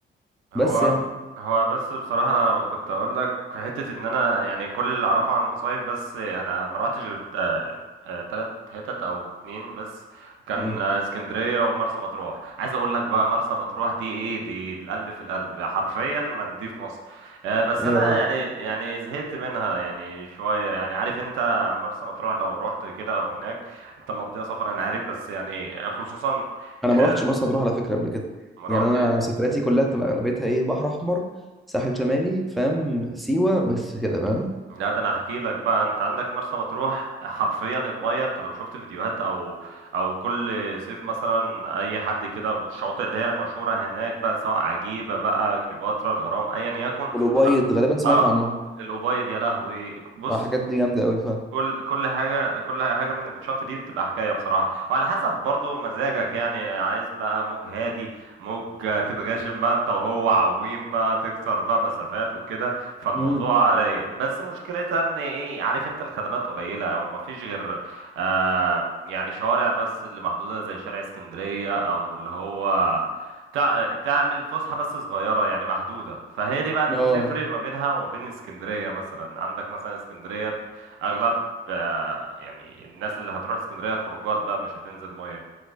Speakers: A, on the right (about 85°); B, in the centre.
A: هو
B: بس يعني
A: هو بس بصراحة أنا كنت أقول لك في حتة إن أنا يعني كل اللي أعرفه عن المصايف بس أنا ما روحتش غير تا- آه، تلات حتت أو اتنين بس كان
B: مم.
A: آه، اسكندرية ومرسى مطروح عايز أقول لك بقى مرسى مطروح دي إيه دي القلب في القلب حرفيا مالديف مصر آه، بس
B: ايه
A: أنا
B: يا راجل
A: يعني يعني زهقت منها يعني شوية يعني عارف أنت مرسى مطروح لو رحت كده أو هناك أنت مضيع سفر أنا عارف بس يعني آه، خصوصا
B: انا
A: آه،
B: ما رحتش مرسى مطروح على فكره قبل كده
A: ما روحتش
B: يعني انا سفرياتي كلها تبقى اغلبيتها ايه بحر احمر ساحل شمالي فاهم سيوه بس كده فاهم
A: لا ده انا هحكي لك بقى انت عندك مرسى مطروح حرفيا المايه انت لو شفت فيديوهات او او كل صيف مثلا اي حد كده والشواطئ اللي هي المشهوره هناك بقى سواء عجيبه بقى كليوباترا الغرام ايا يكن
B: والأبيض
A: حر...
B: غالبا سمعت
A: اه
B: عنهم
A: الأبيض يا لهوي بص
B: آه، الحاجات دي جامده قوي فاهم
A: كل كل حاجة كل حاجة من الشط دي بتبقى حكاية بصراحة وعلى حسب برضو مزاجك يعني عايز بقى موج هادي موج تتغاشم بقى انت وهو عويم بقى تكسر بقى مسافات وكده فالموضوع
B: امم
A: رايق بس مشكلتها ان ايه عارف انت الخدمات قليلة او مفيش غير آه يعني شوارع بس اللي محدودة زي شارع اسكندرية او اللي هو تع- تعمل فسحة بس صغيرة يعني محدودة فهي دي بقى اللي
B: اه
A: بتفرق ما بينها وما بين اسكندرية مثلا عندك مثلا اسكندرية اغلب آه، يعني الناس اللي هتروح اسكندريه خروجات بقى مش هتنزل ميه